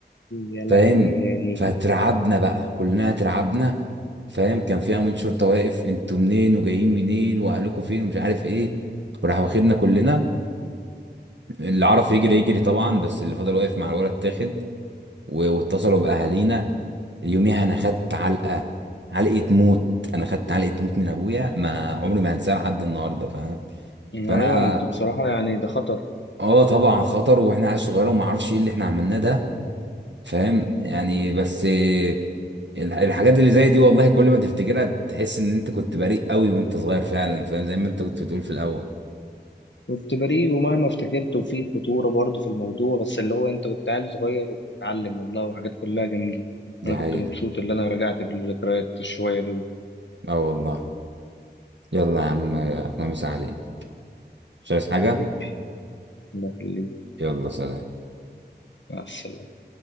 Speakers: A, on the left; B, on the right.
A: يا لهوي
B: فاهم
A: يعني
B: فترعبنا بقى كلنا اترعبنا فاهم كان في امين شرطه واقف انتوا منين وجايين منين واهلكم فين ومش عارف ايه وراح واخدنا كلنا اللي عرف يجري يجري طبعا بس اللي فضل واقف مع الولد تاخد و- واتصلوا باهالينا اليوميها انا خدت علقه علقه موت انا خدت علقه موت من ابويا ما عمري ما هنساها لحد النهارده فاهم
A: آه،
B: فانا
A: ايوه ما انتوا بصراحه يعني ده خطر
B: اه طبعا خطر واحنا عيال صغيره وما اعرفش ايه اللي احنا عملناه ده فاهم يعني بس إيه، ال- الحاجات اللي زي دي والله كل ما تفتكرها تحس ان انت كنت بريء قوي وانت صغير فعلا فاهم زي ما انت كنت بتقول في الاول
A: كنت بريء ومهما افتكرت وفي خطورة برضه في الموضوع بس اللي هو انت كنت عيل صغير وبتتعلم والله وحاجات كلها جميلة
B: دي
A: انا
B: حقيقه
A: كنت مبسوط اللي انا رجعت بالذكريات الشوية دول
B: اه والله يلا يا عم احنا مسا عليك مش عايز حاجه
A: حبيبي الله يخليك
B: يلا سلام
A: مع السلامة